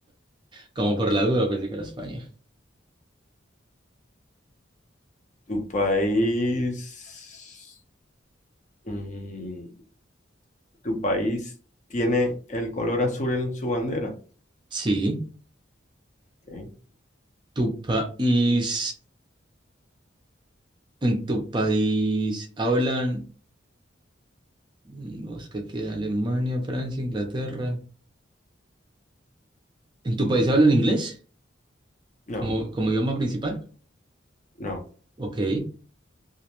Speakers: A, on the right (about 25°); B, on the left (about 40°).
A: Como por la duda pensé que era España.
B: ¿Tu país... mm, ¿Tu país tiene el color azul en su bandera?
A: Sí,
B: Ok.
A: tu país ¿En tu país hablan, mm, Oscar, que Alemania, Francia, Inglaterra? ¿En tu país hablan inglés
B: No,
A: como, como idioma principal?
B: no,
A: Ok.